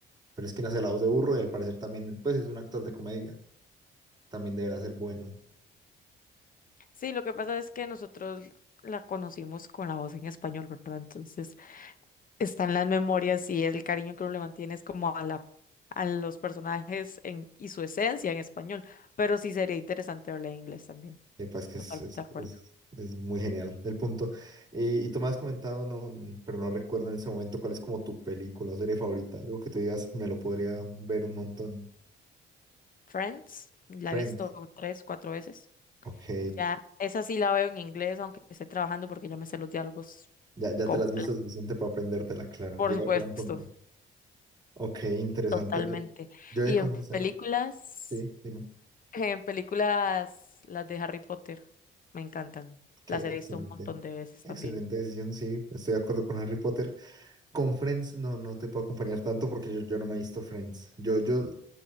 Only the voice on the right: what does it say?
pero es quien hace la voz de Burro y al parecer también pues es un actor de comedia, también deberá ser bueno.
Epa, es que
es, es,
es- es muy genial el punto. Y, y tú me has comentado, no, pero no recuerdo en ese momento cuál es como tu película o serie favorita. Algo que tú digas, me lo podría ver un montón.
Friends.
Ok.
Ya, ya
te la has visto suficiente para aprendértela, claro.
Llega,
llega un punto. Ok, interesante.
Yo, yo he
de confesar,
sí, dime,
que
excelente.
Excelente
decisión, sí, estoy de acuerdo con Harry Potter. Con Friends no, no te puedo acompañar tanto porque yo, yo no me he visto Friends. Yo, yo